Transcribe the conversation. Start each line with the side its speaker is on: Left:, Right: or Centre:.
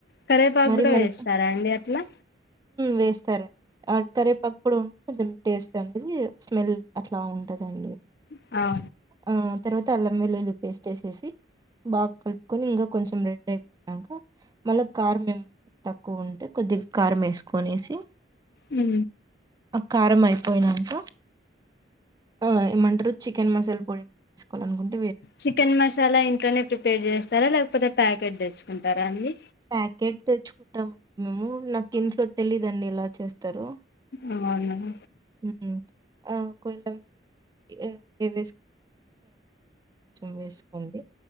Left: కరేపాకు
Right: మరి
Left: కూడా
Right: మనకి
Left: వేస్తారా అండి అట్లా
Right: వేస్తారండి ఆ కరేపాకు కూడా ఉంటే అ టేస్ట్ అనేది స్మెల్ అట్లా ఉంటదండి
Left: అవునా
Right: ఆ తర్వాత అల్లం వెల్లుల్లి పేస్ట్ వేసేసి బాగా కలుపుకొని ఇంకా కొంచెం రెడ్ అయిపోనాక మళ్ళా కారం తక్కువ ఉంటే కొద్దిగా కారు వేసుకొనేసి
Left: ఉ
Right: కారం అయిపోయినంకా ఆ ఏమంటారు చికెన్ మసాలా పొడి తీేసుకోవాలనుకుంట
Left: చికెన్ మసాలా ఇంట్లోనే ప్రిపేర్ చేస్తారా లేకపోతే ప్యాకెట్ తెచ్చుకుంటారా అండి
Right: ప్యాకెట్ తెచ్చుకుంటాం మేము నాకింట్లో తెలీదండి ఇలా చేస్తారు
Left: ఆ బాగున్నార
Right: ఉమ్ ఆ కొంచం <unintelligible> కొంచెం వేసుకోండి